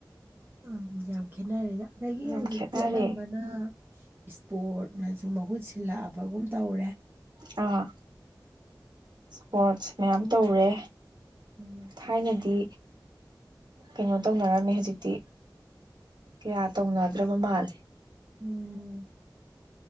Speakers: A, on the right; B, on the right.
A: ꯎꯝ ꯌꯥꯝ ꯈꯦꯠꯅꯔꯦꯗ ꯑꯗꯒꯤ
B: ꯌꯥꯝ
A: ꯍꯧꯖꯤꯛꯇꯤ
B: ꯈꯦꯠꯅꯔꯦ
A: ꯑꯅꯝꯕꯅ ꯏꯁꯄꯣꯔꯠꯅ ꯁꯨꯨ ꯃꯍꯨꯠ ꯁꯤꯜꯂꯛꯑꯕꯒꯨꯝ ꯇꯧꯔꯦ
B: ꯑꯥ ꯏꯁꯄꯣꯔꯠꯁ ꯃꯌꯥꯝ ꯇꯧꯔꯦ
A: ꯎꯝ
B: ꯊꯥꯏꯅꯗꯤ ꯀꯩꯅꯣ ꯇꯧꯅꯔꯝꯃꯦ ꯍꯧꯖꯤꯛꯇꯤ ꯀꯌꯥ ꯇꯧꯅꯗ꯭ꯔꯕ ꯃꯥꯜꯂꯦ
A: ꯎꯝ